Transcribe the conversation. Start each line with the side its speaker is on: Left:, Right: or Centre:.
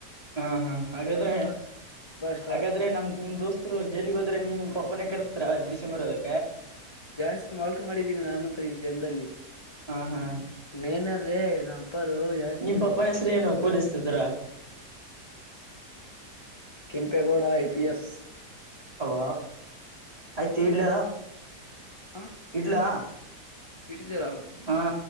Right: ಹಾ ಹಾ ಹಾಗಾದ್ರೆ
Left: ಸ್ಟಾರ್
Right: ಹಾಗಾದ್ರೆ ನಮ ನಿಮ್ ದೋಸ್ತರು ಜಲ್ಲಿಗ ಹದ್ರೆ ನೀ ಪಪ್ಪನೇ ಕರ್ಸ್ತ ದ
Left: ಜಾಸ್ತಿ ನೌಕರಿ ಮಾಡಿದ್ದೀನಿ ನಾನಂತ್ರ ಈ ಜನದಲ್ಲಿ
Right: ಹ ಹಾ
Left: ಇನ್ನೇನಾದ್ರೆ ನಮ್ಮ ಅಪ್ಪರು ಜಾಸ್ತಿ
Right: ನಿಮ್ ಪಪ್ಪನ ಹೆಸ್ರ ಏನು ಕೂದಿಸ್ತಿದ್ರಾ
Left: ಕೆಂಪೇಗೌಡ ಐಪಿಎಸ್
Right: ಹ ಅವ ಆಯ್ತು ಇಡ್ಲ
Left: ಆ
Right: ಇಡ್ಲಾ
Left: ಹಿಡಿದಿರಾ?
Right: ಹಾ